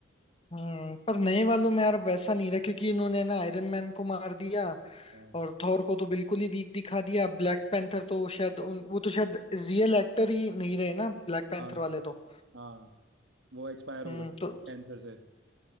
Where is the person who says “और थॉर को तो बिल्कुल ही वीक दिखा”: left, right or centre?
Left